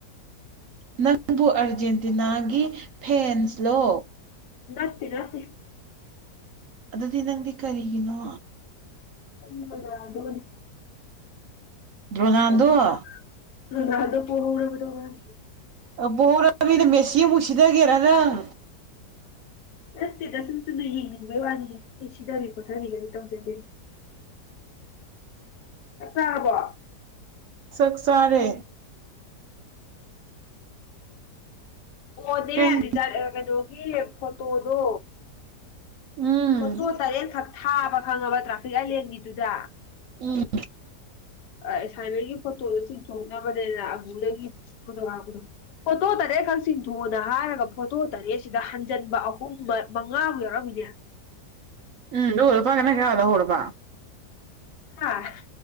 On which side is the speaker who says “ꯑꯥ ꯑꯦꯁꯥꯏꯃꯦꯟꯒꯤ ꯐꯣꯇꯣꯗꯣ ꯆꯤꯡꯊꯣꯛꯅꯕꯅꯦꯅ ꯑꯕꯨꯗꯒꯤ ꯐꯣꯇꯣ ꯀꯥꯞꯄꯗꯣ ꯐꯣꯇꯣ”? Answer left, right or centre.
Left